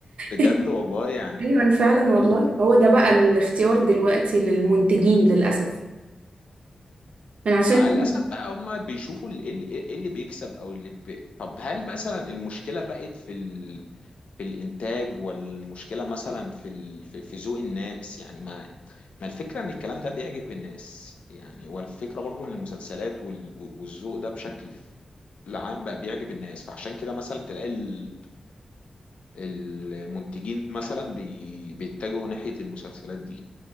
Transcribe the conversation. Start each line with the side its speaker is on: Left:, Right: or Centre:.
Left: بجد
Right: <laughs>
Left: والله يعني
Right: ايوه فعلا والله
Left: ال-
Right: هو ده بقى الاختيار دلوقتي للمنتجين للأسف من عشان
Left: مع
Right: كده
Left: الاسف بقى هما بيشوفوا ال- ايه اللي إيه اللي بيكسب او اللي بي... طب هل مثلا المشكلة بقت في في الانتاج والمشكله مثلا في ال... في في ذوق الناس يعني ما ما الفكره ان الكلام ده بيعجب الناس يعني والفكره برضو ان المسلسلات وال... والذوق ده بشكل العام بقى بيعجب الناس فعشان كده مثلا تلاقي ال... المنتجين مثلا بي... بيتجهوا ناحيه المسلسلات دي